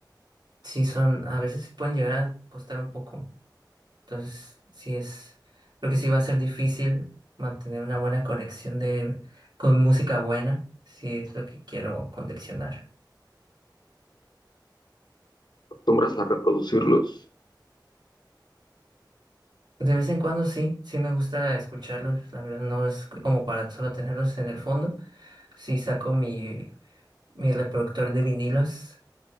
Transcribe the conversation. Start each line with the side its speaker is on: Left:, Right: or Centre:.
Right: sí son, a veces pueden llegar a costar un poco. Entonces, sí es, creo que sí va a ser difícil mantener una buena colección de, con música buena, si es lo que quiero coleccionar.
Left: ¿Acostumbras a reproducirlos?
Right: De vez en cuando sí, sí me gusta escucharlos, la verdad no es como para solo tenerlos en el fondo. Sí saco mi, mi reproductor de vinilos